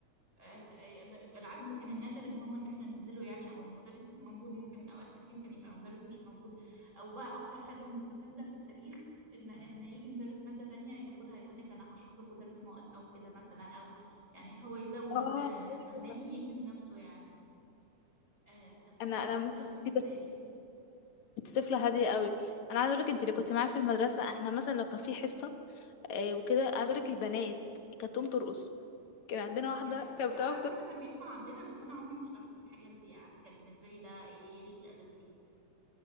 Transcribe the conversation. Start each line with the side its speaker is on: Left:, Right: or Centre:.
Right: آه، ب- بالعكس
Left: مم.
Right: كان النادر ان هو ان احنا ننزله يعني او المدرس يبقى موجود ممكن اوقات كتير كان يبقى مدرس مش موجود او بقى اكتر حاجه مستفزه في التاريخ ان ان يجي مدرس ماده تانية ياخدها يقول لك انا هشرح لكم درس ناقص او كده مثلا او يعني اللي هو يزود
Left: اه
Right: آه،
Left: ايوه
Right: فهماني ينجز نفسه يعني آه، كانت حاجه
Left: انا
Right: مستفزه
Left: انا ممكن
Right: قوي بالنسبه
Left: انت
Right: لي
Left: كنت طفله هاديه قوي انا عايزه اقول لك انت اللي كنت معايا في المدرسه احنا مثلا لو كان في حصه آه، وكده عايزه اقول لك البنات كانت تقوم ترقص كان عندنا واحده
Right: يا لهوي
Left: كانت بتقعد
Right: على فكره كان بيحصل عندنا بس انا عمري ما اشتركت في الحاجات دي يعني كان بالنسبه لي ده ايه إيه قله الادب دي